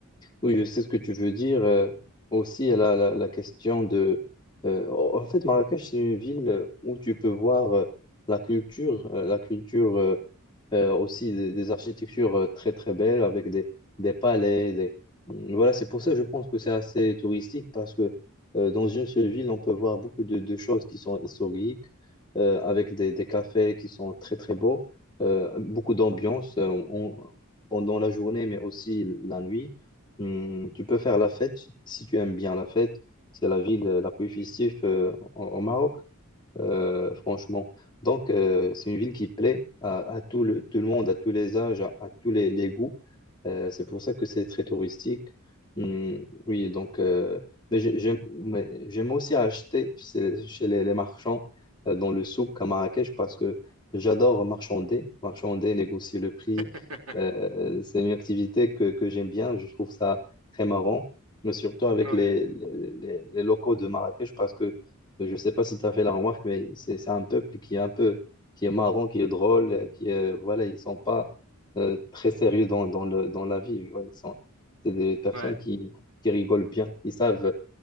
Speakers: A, on the left; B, on the right.
A: Oui, je sais ce que tu veux dire. Euh, aussi, la, la, la question de... euh, en fait, Marrakech, c'est une ville euh, où tu peux voir euh, la culture, euh, la culture euh, euh, aussi des, des architectures euh, très, très belles avec des, des palais. Des... mmh, Voilà, c'est pour ça que je pense que c'est assez touristique parce que euh, dans une seule ville, on peut voir beaucoup de, de choses qui sont historiques, euh, avec des, des cafés qui sont très, très beaux, euh, beaucoup d'ambiance euh, on- pendant la journée, mais aussi la nuit. Hmm, tu peux faire la fête si tu aimes bien la fête. C'est la ville euh, la plus festive euh, au au Maroc euh, franchement. Donc, euh, c'est une ville qui plaît à, à tout le, tout le monde, à tous les âges, à, à tous les, les goûts. Euh, c'est pour ça que c'est très touristique. Hmm, oui, donc, euh, mais j'ai- j'aime mais j'aime aussi acheter chez, chez les, les marchands euh, dans le souk à Marrakech parce que j'adore marchander, marchander, négocier le prix.
B: <laughs>
A: Euh, c'est une activité que, que j'aime bien, je trouve ça très marrant, mais surtout avec
B: Ouais,
A: les, les, les les locaux de Marrakech parce que je ne sais pas si tu as fait la remarque, mais c'est c'est un peuple qui est un peu, qui est marrant, qui est drôle, euh, qui est, voilà, ils sont pas euh, très sérieux dans, dans le, dans la vie. ouais, ils sont, c'est des personnes
B: ouais,
A: qui, qui rigolent bien, ils savent, euh,